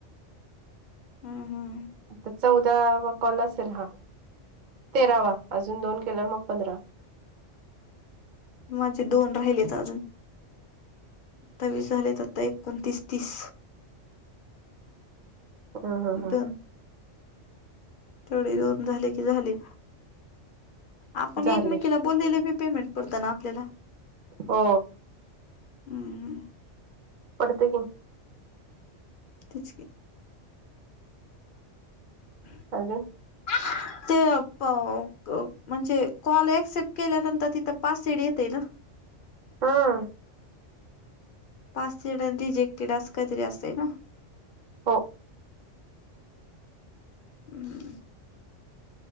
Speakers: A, on the left; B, on the right.
A: हम्म हम्.
B: आता चौदा वा कॉल असेल हा तेरावा अजून दोन केलंवर मग पंधरा.
A: माझे दोन राहिलेत अजून. त्तावीस झालेत आता एकोणतीस तीस.
B: हा हा हा
A: दोन तेवढे दोन झाले की झाले आपण
B: झाले
A: एकमेकीला. ब दिले मी पेमेंट करतता ना आपल्याला.
B: हो
A: हम्म हम्.
B: पडते.
A: त्याच. ह
B: हजे.
A: ह ते म्हणजे कॉल ऍक्सेप्ट केल्यानंतर तिथं पास सेड येते ना.
B: हा.
A: पाच जण रिजेक्टेड असं काहीतरी असतय ना.
B: हो.
A: हम्म.